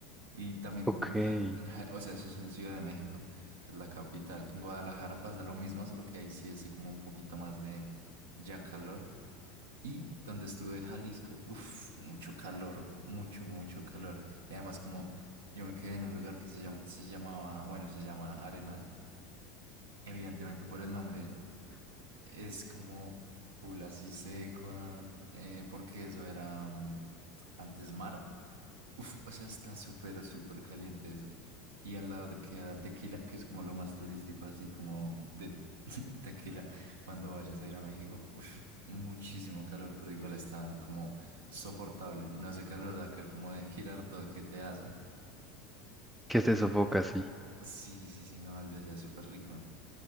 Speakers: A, on the right; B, in the centre.
A: Y también
B: Ok,
A: como en,
B: que
A: Ja- en Ja- o sea, eso es en Ciudad de México, que es la capital. En Guadalajara pasa lo mismo, solo que ahí sí hace como un poquito más de ya calor. Y donde estuve en Jalisco, uff, mucho calor, mucho, mucho calor. Y además como yo me quedé en un lugar que se llama, se llamaba, bueno, se llama Arenal. Evidentemente por el nombre es como full así seco, eh, porque eso era mm, antes mar. Uf, o sea, está súper, súper caliente eso. Y al lado queda Tequila, que es como lo más turístico, así como de <laughs> Tequila, cuando vayas a ir a México. Uf, muchísimo calor, pero igual está como soportable. No ese calor de acá como de Girardot que te hace.
B: se sofoca así.
A: Sí, sí, sí, no, el de allá es súper rico.